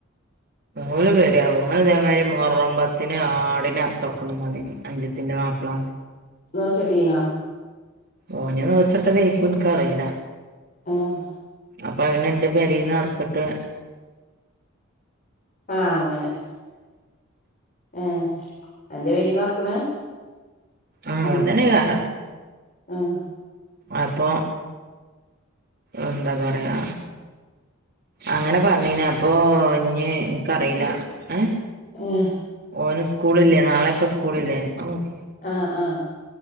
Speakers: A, on the right; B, on the left.
A: ഓന് വേര ഓന് ഇതേമാരി മുഹറംമ്പത്തിന് ആടിനെ അറത്ത് ക്കൊടുകണം പറ്ഞ്ഞിനി അഞ്ചത്തിന്റെ മാപ്പള
B: നിർച്ചട്ടീനോ
A: ഓൻ നീർച്ചഇട്ട തേയ്ക്കും ഇൻക്കറീല
B: ആഹ്
A: അപ്പൊ അവന് എന്റെ പെരീന്ന് അർത്ത്ട്ട്.
B: ആഹ് അങ്ങനെ ആഹ് അന്റെ പോരിന്ന അറ്ക്ക്ണ്
A: ആഹ്
B: ഉം
A: ഇവടെത്തന്നേക്കാരം
B: ആഹ്
A: അപ്പൊ എന്താ പറയാ അങ്ങനെ പറഞ്ഞീന് അപ്പൊ ഇഞ്ഞി ഇനക്കറില്ല ഏഹ്
B: ഏഹ്
A: ഓന് സ്കൂളില്ലേ നാളെയൊക്കെ സ്കൂള്ല്ലേ അഹ് മതി
B: ആഹ് ആഹ്